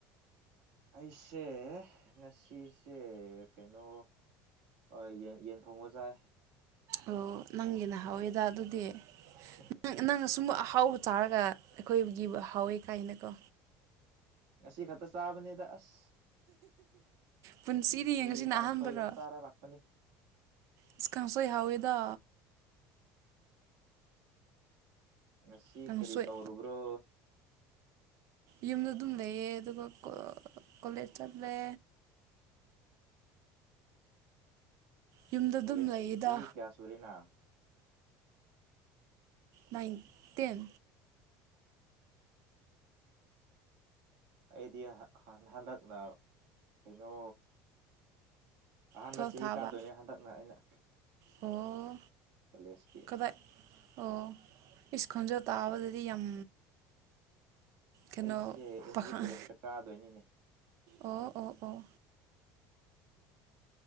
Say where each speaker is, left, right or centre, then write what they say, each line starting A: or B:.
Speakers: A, on the right; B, on the right.
A: ꯑꯩꯁꯦ ꯉꯁꯤꯁꯦ ꯀꯩꯅꯣ ꯍꯣꯏ ꯌꯦ ꯌꯦꯟ ꯊꯣꯡꯕ ꯆꯥꯏ
B: ꯑꯣ ꯅꯪꯒꯤꯅ ꯍꯥꯎꯋꯦꯗ ꯑꯗꯨꯗꯤ
A: <unintelligible>
B: ꯅꯪ ꯅꯪ ꯑꯁꯨꯝꯕ ꯑꯍꯥꯎꯕ ꯆꯥꯔꯒ ꯑꯩꯈꯣꯏꯒꯤꯕꯨ ꯍꯥꯎꯋꯦ ꯀꯥꯏꯅꯀꯣ
A: ꯉꯁꯤ ꯈꯛꯇ ꯆꯥꯕꯅꯤꯗ ꯑꯁ
B: ꯄꯨꯟꯁꯤꯗꯤ
A: ꯅꯨꯡꯇꯤ
B: ꯉꯁꯤꯅ
A: ꯀꯥꯡꯁꯣꯏꯗ
B: ꯑꯍꯥꯟꯕꯔꯣ
A: ꯆꯥꯔꯥ ꯂꯥꯛꯄꯅꯦ
B: ꯑꯁ ꯀꯥꯡꯁꯣꯏꯍꯥꯎꯋꯦꯗ
A: ꯉꯁꯤ
B: ꯀꯥꯡꯁꯣꯏ
A: ꯀꯔꯤ ꯇꯧꯨꯔꯕ꯭ꯔꯣ
B: ꯌꯨꯝꯗ ꯑꯗꯨꯝ ꯂꯩꯌꯦ ꯑꯗꯨꯒ ꯀꯣꯂꯦꯖ ꯆꯠꯂꯦ ꯌꯨꯝꯗ ꯑꯗꯨꯝ
A: ꯀꯣꯂꯦꯖ
B: ꯂꯩꯌꯦꯗ
A: ꯆꯍꯤ ꯀꯌꯥ ꯁꯨꯔꯦꯅ
B: ꯅꯥꯏꯟꯇꯦꯟ
A: ꯑꯩꯗꯤ ꯍꯟꯗꯛꯅ ꯀꯩꯅꯣ ꯑꯍꯥꯟꯕ
B: ꯇꯨꯋꯦꯜꯐ
A: ꯆꯍꯤ
B: ꯊꯥꯕ
A: ꯀꯥꯗꯣꯏꯅꯦ ꯍꯟꯗꯛꯅ ꯑꯩꯅ
B: ꯑꯣ
A: ꯀꯣꯂꯦꯖꯀꯤ
B: ꯀꯗꯥꯥꯏ ꯑꯣ ꯏꯁꯤꯁ ꯈꯣꯟꯖꯣ ꯇꯥꯕꯗꯗꯤ ꯌꯥꯝ ꯀꯩꯅꯣ
A: ꯑꯩꯁꯦ ꯑꯦꯟ
B: ꯄꯥꯈꯪ
A: ꯖꯤ ꯀꯣꯂꯦꯖꯇ ꯀꯥꯗꯣꯏꯅꯤꯅꯦ
B: ꯑꯣ ꯑꯣ ꯑꯣ